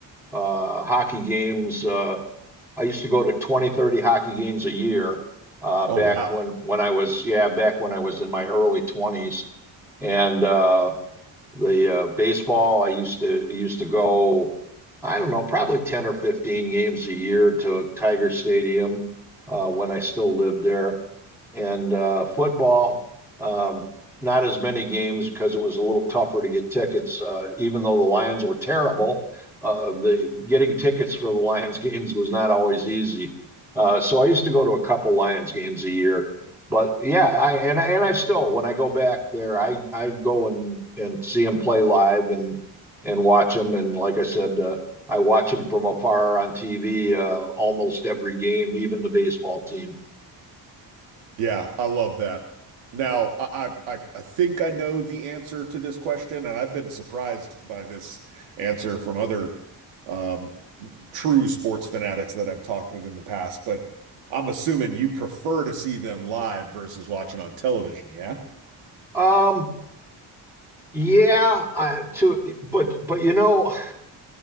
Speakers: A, in the centre; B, on the right.
A: uh, hockey games. Uh, I used to go to 20, 30 hockey games a year uh, back
B: Oh, wow.
A: when when I was yeah back when I was in my early 20s, and uh, the uh, baseball I used to used to go I don't know probably 10 or 15 games a year to Tiger Stadium uh, when I still lived there and uh, football. Um, not as many games because it was a little tougher to get tickets. Uh, even though the Lions were terrible, uh, the getting tickets for the Lions <laughs> games was not always easy. Uh, so I used to go to a couple Lions games a year. But yeah, I and I, and I still when I go back there, I I go and and see them play live and and watch them. And like I said, uh, I watch them from afar on TV uh, almost every game, even the baseball team.
B: Yeah, I love that. Now, I, I I think I know the answer to this question, and I've been surprised by this answer from other um, true sports fanatics that I've talked with in the past. But I'm assuming you prefer to see them live versus watching on television. Yeah.
A: Um, Yeah, uh, to but but you know,